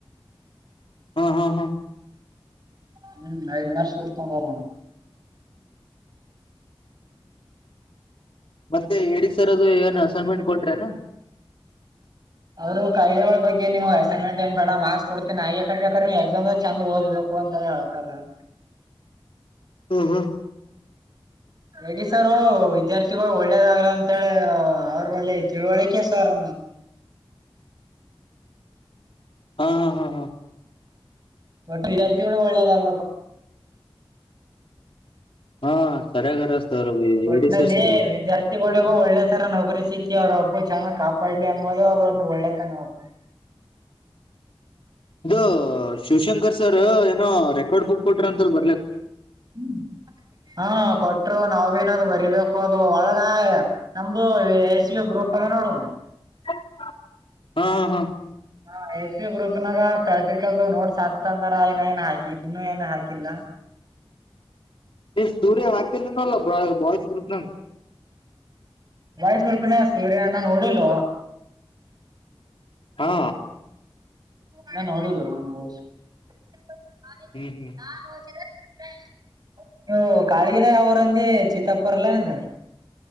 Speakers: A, on the left; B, on the right.
A: ಹ್ಮ ಹಾ ಹಾ
B: ಹ್ಮ್ ಹೆಡ್‌ಮಾಸ್ತರ ಕೊತ ಬರಾ
A: ಮತ್ತೆ ಎ ಡಿ ಸರ್ ಅದು ಏನು ಅಸೈನ್ಮೆಂಟ್ ಕೊಟ್ರೇನಾ
B: ಅವ್ರು ಕಾಯ್ದೆಗಳ ಬಗ್ಗೆ ನೀವು್ ಅಸೈನ್ಮೆಂಟ್ ಏನ್ ಮಾಡ ಮಾರ್ಕ್ಸ್ ಕೊಡ್ತೀನಿ ಆ್ರ ನೀ ಎಕ್ಸಾಮ್ಾಗ ಚಂದ್ ಓ್ಬೇಕು ಅಂತ ಹೇಳ್ತಾರ <inaudible>
A: ಹ್ಮ್ ಹ್ಮ್ <inaudible>
B: ರೆಡ್ಡಿ ಸಾರ ವಿದ್ಯಾರ್ಥಿಗಳು ಒಳ್ಳೇದಾಗ್ಲ ಅಂತೇಳಿ ಅವ್ರ ಒಳ್ಳೆ ತಿಳುವಳಿಕೆ ಸಾರ್
A: ಹಾ ಹಾ ಹಾ ಹಾ
B: ಬಟ್ಟ ವಿದಾರ್ಥಿಗಳು ಒಳ್ಳೆಯ
A: ಹಾ ಸರಿಯಾಗಾರ ಸರ್
B: ಒಟ್ನಲ್ಲಿ
A: ಹೇಳಿ ಸರ್ ಸರಿಯಾಗಾರ
B: ವಿದ್ಯಾರ್ಥಿಗಳಿಗೂ ಒಳ್ಳೆ ತರ ನೌಕರಿ ಸಿಕ್ಕಿ ಅವ್ರ ಒಬ್ಬ ಚೆನ್ನಾಗ್ ಕಾಪಾಡ್ಲಿ ಎಂಬುದೇ ಅವರು ಒಂದು ಒಳ್ಳೆತನವರು
A: <inaudible> ಇದು ಶಿವಶಂಕರ್ ಸರ್ ಏನೋ ರೆಕಾರ್ಡ್ ಬುಕ್ ಕೊಟ್ರ ಅಂತಲ್ ಬರ್ಲ
B: ಹ್ಮ್ ಹಾ ಕೊಟ್ರು ನಾವ್ ಏನಾದ ಬರಿಬೇಕು ಅದು ಒಳಗ ನಮ್ದು ಸಿ ಗ್ರರುಪ್ ಅದೆ ನೋಡ
A: ಹಾ ಹಾ ಹಾ
B: ಹ ಎಸ್ ಪ ಗ್ರೂಪ್ನಾಗ ಪ್ರಾಕ್ಟಿಕಲ್ ನೋಟ್ಸ್ ಹಾಕ್ತಂದ್ರ ನ ಏನ್ ಹಾಕಿ ಇನ್ನುೂ ಏನು ಹಾಕಿಲ್ಲ
A: ಎ ಸೂರ್ಯ ಹಾಕ ನಲ್ಲ ಬಯಿಸ ಗೃಪ್ನ
B: ಬಾಯ್ಸ್ ಗ್ರೂಪ್ ನ ಸೂರ್ಯ ನಾ ನೂಡನೋಡಿಲ್ಲ
A: ಹಾ
B: ನ ನೋಡಿಲ್ಲ ನನ್ದರ <inaudible> <unintelligible>
A: ಹ್ಮ್ ಹ್ಮ್
B: ಅವರಂದೇ ಚಿತ್ತಾಪುರ್ಲ್ಲನದ